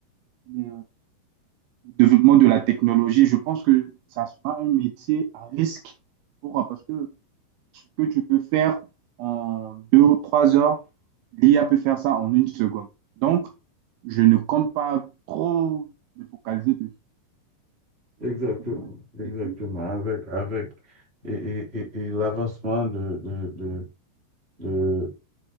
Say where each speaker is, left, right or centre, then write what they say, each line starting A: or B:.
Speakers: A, on the right; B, on the right.
A: le, le développement de la technologie, je pense que ça sera un métier à risque pour, parce que Ce que tu peux faire en deux ou trois heures, l'IA peut faire ça en une seconde. Donc, je ne compte pas trop me focaliser dessus.
B: Exactement,
A: Je préfère être
B: exactement.
A: technique.
B: Avec, avec et, et, et, et l'avancement de, de, de, de